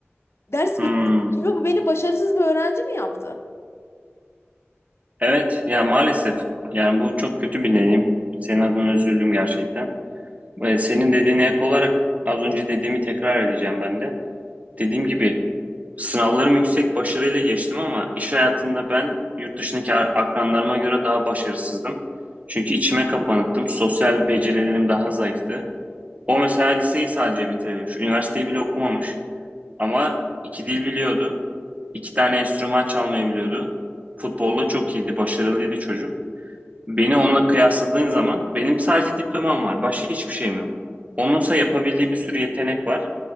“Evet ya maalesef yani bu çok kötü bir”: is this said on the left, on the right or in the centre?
Right